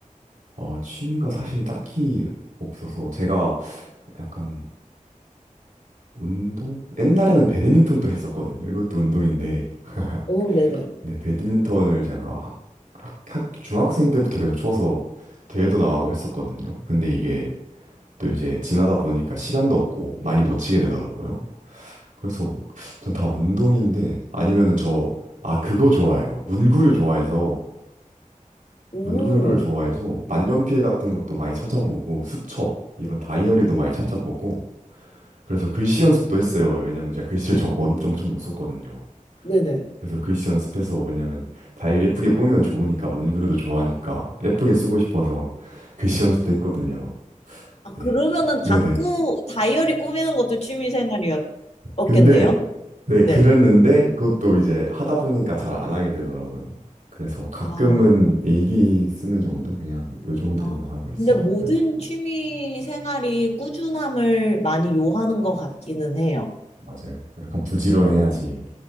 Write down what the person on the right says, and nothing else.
어, 취미가 사실 딱히 없어서 제가 약간 운동? 옛날에는 배드민턴도 했었거든요. 이것도 운동인데. <laughs>
네, 배드민턴을 제가 학, 학, 학- 중학생 때부터 계속 쳐서 대회도 나가고 했었거든요. 근데 이게 또 이제 지나다 보니까 시간도 없고 많이 못 치게 되더라고요. 그래서 전 다 운동인데 아니면은 저, 아, 그거 좋아해요. 문구류 좋아해서
문구류를 좋아해서 만년필 같은 것도 많이 찾아보고 수첩 이런 다이어리도 많이 찾아보고 그래서 글씨 연습도 했어요. 왜냐면 제가 글씨를 좀, 원, 엄청 못 썼거든요.
그래서 글씨 연습해서 왜냐면 다이어리 예쁘게 꾸미면 좋으니까 문구류도 좋아하니까 예쁘게 쓰고 싶어서 글씨 연습도 했거든요.
네.
네네.
근데 네,
그랬는데 그것도 이제 하다 보니까 잘 안 하게 되더라고요. 그래서 가끔은
일기 쓰는 정도? 그냥 요 정도로만
하고 있어요.
네.
맞아요. 약간 부지런해야지